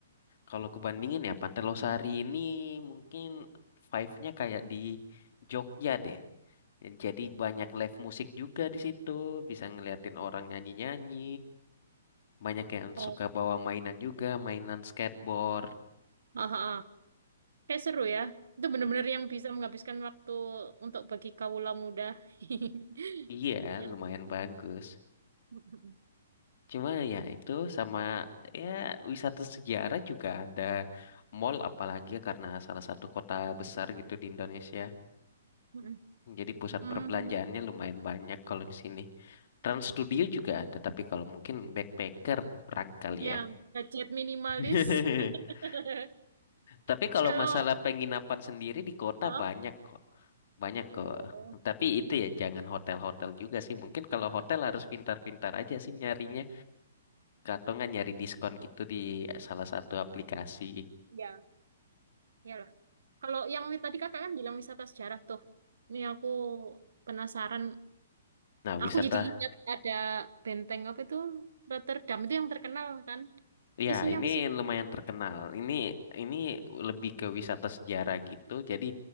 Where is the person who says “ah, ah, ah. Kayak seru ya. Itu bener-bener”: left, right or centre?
Right